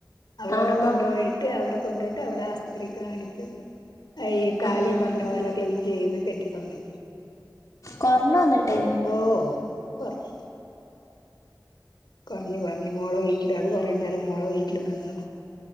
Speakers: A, on the left; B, on the left.
A: അവളവിടെ
B: ആണോ
A: കൊണ്ടുപോയിട്ട് അവിടെ കൊണ്ടുപോയിട്ട് അവിടെ ആസ്പത്രിയി കാണി ക്കും ഈ കാല്
B: ആഹ്
A: പറഞ്ഞപോലെ ക്ലീൻ ചെയ്തുകെട്ടി തന്നു.
B: കൊറഞ്ഞോ ന്നിട്ട്
A: ഓഹ് ഓഹ് കൊർഞ്ഞു കൊറഞ്ഞു കൊറഞ്ഞു മോളെ വീട്ടില് അത് കൊറയുനേരം മോളെ വീട്ടിൽ നിന്നു.